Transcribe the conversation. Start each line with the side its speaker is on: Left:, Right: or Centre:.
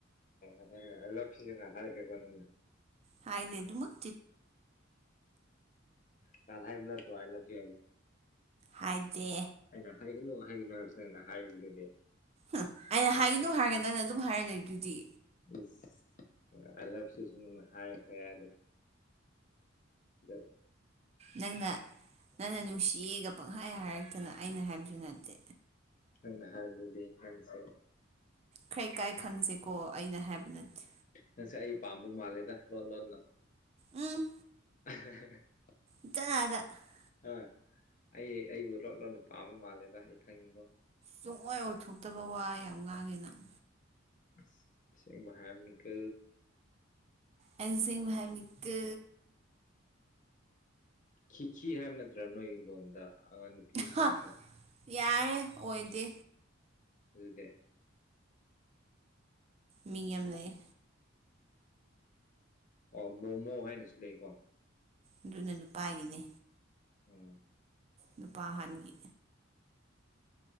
Left: ꯍꯣꯏ ꯍꯜꯂꯞ ꯁꯤꯖꯤꯟ ꯇꯈ꯭ꯔꯒꯣ ꯑꯅ
Right: ꯍꯥꯏꯗꯦ ꯑꯗꯨꯃꯛ
Left: ꯀꯊꯥꯏꯕꯨꯂ ꯇ ꯑꯥꯏꯂꯖꯤ
Right: ꯍꯥꯏꯗꯦ꯫
Left: ꯑꯩꯅ ꯍꯥꯏꯒꯅꯨ ꯍꯥꯏꯒꯅꯣ ꯍꯥꯏꯔꯁꯦ ꯑꯅ ꯍꯥꯏꯔꯤꯕꯗꯨꯗꯤ꯫
Right: ꯑ ꯑꯩꯅ ꯍꯥꯏꯒꯗ ꯍꯥꯏꯔꯒꯦ ꯅꯪꯩꯅ ꯑꯗꯨꯝ ꯍꯥꯏꯔ ꯂꯩ ꯑꯗꯨꯗꯤ꯫
Left: ꯏꯁ ꯑꯥꯏꯂꯞ ꯁꯤꯁꯨ ꯅꯅ ꯍꯥꯏꯈ꯭ꯔꯦ ꯑꯗꯨ ꯑꯗꯨ
Right: ꯅꯪꯅ ꯅꯪꯅ ꯅꯨꯡꯁꯤꯒ ꯄꯪꯍꯥꯏ ꯍꯥꯏꯔꯛꯇꯅ ꯑꯩꯅ ꯍꯥꯏꯕꯁꯨ ꯅꯠꯇꯦ꯫
Left: ꯅꯪꯅ ꯍꯥꯏꯕꯗꯨꯗꯤ ꯍꯥꯏꯔꯁꯨ
Right: ꯈꯔꯥ ꯢꯀꯥꯏ ꯈꯪꯁꯦꯀꯣ ꯑꯩꯅ ꯍꯥꯏꯕ ꯅꯠꯇꯦ꯫
Left: ꯅꯁ ꯑꯩ ꯄꯥꯝꯕ ꯃꯥꯜꯂꯦꯗ ꯂꯣꯟ ꯂꯣꯟꯅ꯫
Right: ꯎꯝ
Left: <unintelligible>
Right: <unintelligible>
Left: ꯑ ꯑꯩ ꯑꯩꯕꯨ ꯂꯣꯠꯂꯣꯠ ꯄꯥꯝꯕ ꯃꯥꯜꯂꯦꯗ ꯑꯩ ꯈꯪꯉꯤꯀꯣ
Right: ꯇꯨꯡꯑꯣꯏ ꯑꯣꯊꯣꯛꯇꯕ ꯋꯥ ꯌꯥꯝ ꯉꯥꯡꯉꯦ ꯅꯪ
Left: ꯎꯝ ꯑꯁꯦꯡꯕ ꯍꯥꯢꯕꯅꯤꯀꯣ
Right: ꯑꯩ ꯑꯁꯦꯡꯕ ꯍꯥꯏꯅꯤꯀꯣ
Left: ꯈꯤꯈꯤ ꯍꯥꯏꯕ ꯅꯠꯇ꯭ꯔꯥ ꯅꯣꯏ ꯏꯤꯡꯗꯣꯟꯗ ꯑꯥꯡ ꯅꯨꯄꯤ ꯃꯆꯥꯁꯦ꯫
Right: ꯍꯥ ꯌꯥꯔꯦ ꯑꯣꯏꯗꯦ꯫
Left: ꯑꯗꯨꯗꯦ꯫
Right: ꯃꯤ ꯌꯥꯝ ꯂꯩꯌꯦ꯫
Left: ꯑꯣ ꯃꯣꯃꯣ ꯍꯥꯏꯅꯁꯨ ꯂꯩꯀꯣ꯫
Right: ꯑꯗꯨꯅ ꯅꯨꯄꯥꯒꯤꯅꯦ꯫
Left: ꯎꯝ
Right: ꯅꯨꯄꯥ ꯑꯍꯟꯒꯤ